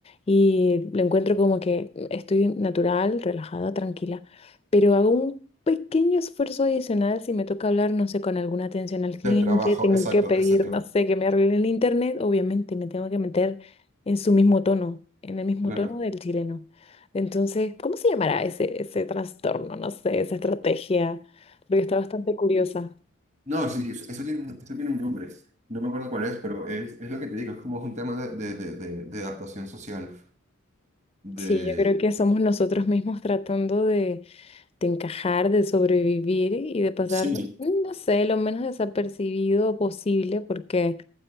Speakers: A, on the left (about 25°); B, on the right (about 30°).
A: y lo encuentro como que estoy natural, relajada, tranquila, pero hago un pequeño esfuerzo adicional si me toca hablar, no sé, con alguna atención al cliente,
B: Del trabajo,
A: tengo
B: exacto,
A: que pedir,
B: exacto.
A: no sé, que me arreglen el internet, obviamente me tengo que meter en su mismo tono, en el mismo
B: Claro.
A: tono del chileno. Entonces, ¿cómo se llamará ese, ese trastorno? No sé, esa estrategia, porque está bastante curiosa.
B: No, sí, sí, eso eso tiene, un- eso tiene un nombre. No me acuerdo cuál es, pero es, es lo que te digo, es como un tema de, de, de, de- de adaptación social. De...
A: Sí, yo creo que somos nosotros mismos tratando de, de encajar, de sobrevivir y de pasar,
B: Sí,
A: mm, no sé, lo menos desapercibido posible, porque,